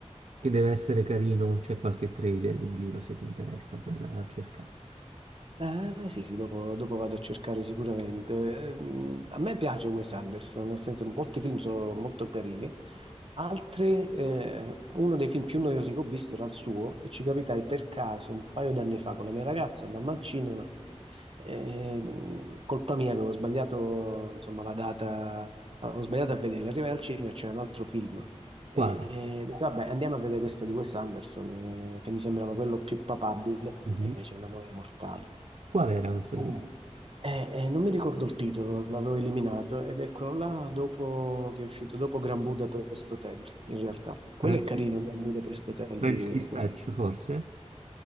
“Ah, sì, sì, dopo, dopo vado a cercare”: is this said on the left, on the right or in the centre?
Right